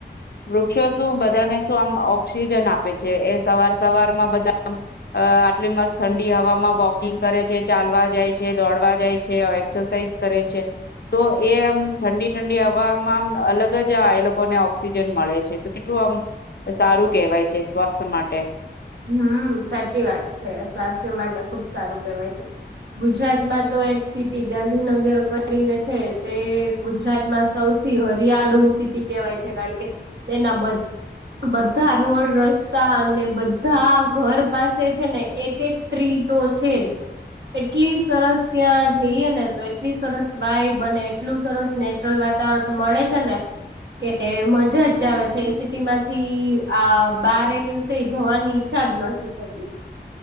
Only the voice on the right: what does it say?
હમ્મ, સાચી વાત છે સ્વાસ્થ્ય માટે ખુબ સારું કેહેવાય છે ગુજરાતમાં તો એક સિટી ગાંધીનગર કરીને છે તે ગુજરાતમાં સૌથી હરિયાળુ સિટી કેહેવાય છે કારણ કે તેના બધ-બધા રોડ રસ્તા અને બધ ધા ઘર પાસે છે ને એક એક ટ્રી તો છે જ એટલી સરસ ત્યાં જઈએ ને તો એટલી સરસ વાઈબ અને એટલું સરસ નેચરલ વાતાવરણ મળે છે ને કે એમજ જા
આવે છે એ સિટી માંથી આ બારે દિવસે જવાન ઈચ્છા જ નથી થતી.